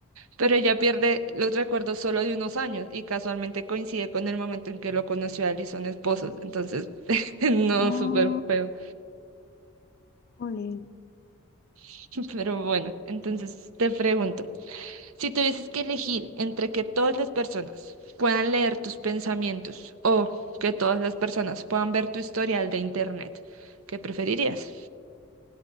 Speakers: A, on the right; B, on the left.
A: pero ella pierde los recuerdos solo de unos años y casualmente coincide con el momento en que lo conoció a él y son esposos. Entonces, <laughs> no,
B: Oh,
A: súper feo.
B: jolín,
A: <laughs> Pero bueno, entonces
B: qué mal.
A: te pregunto, si tuvieses que elegir entre que todas las personas puedan leer tus pensamientos o que todas las personas puedan ver tu historial de internet, ¿qué preferirías?